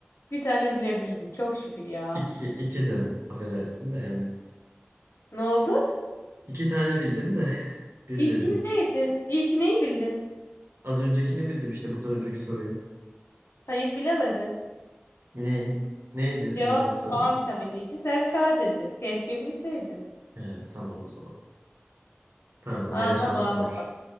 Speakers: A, on the left; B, on the right.
A: bir tane bilebildin. Çok şükür ya.
B: İki, iki canım. Affedersin de yalnız.
A: Ne oldu?
B: İki tane bildim de bir
A: İlki
B: dedin.
A: neydi? İlki neyi bildin?
B: Az öncekini bildim işte bundan önceki soruyu.
A: Hayır bilemedin.
B: Ne? Neydi
A: Cevap
B: bundan önceki soru?
A: A vitaminiydi. Sen K dedin. Keşke bilseydin.
B: He, tamam o zaman. Pardon
A: Ağlama
B: bir yanlış anlaşılmamış.
A: ağlama.